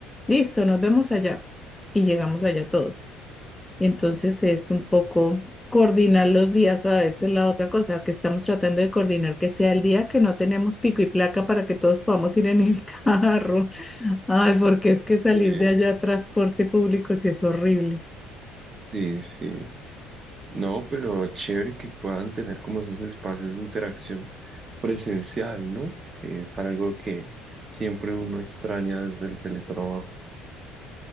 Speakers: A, in the centre; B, on the right.
A: listo, nos vemos allá y llegamos allá todos. Entonces es un poco coordinar los días, a veces la otra cosa que estamos tratando de coordinar que sea el día que no tenemos pico y placa para que todos podamos ir en el <laughs> carro. Ay, porque es que salir
B: Eh,
A: de allá a transporte público sí es horrible.
B: sí, sí. No, pero chévere que puedan tener como esos espacios de interacción presencial, ¿no? Que es algo que siempre uno extraña desde el teletrabajo.